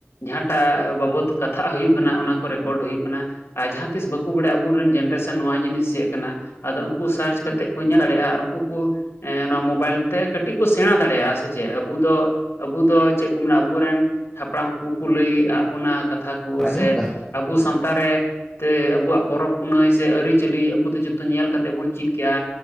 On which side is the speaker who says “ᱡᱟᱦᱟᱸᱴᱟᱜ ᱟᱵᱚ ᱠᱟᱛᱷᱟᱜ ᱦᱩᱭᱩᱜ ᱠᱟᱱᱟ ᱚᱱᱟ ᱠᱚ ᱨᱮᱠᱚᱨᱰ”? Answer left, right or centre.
Left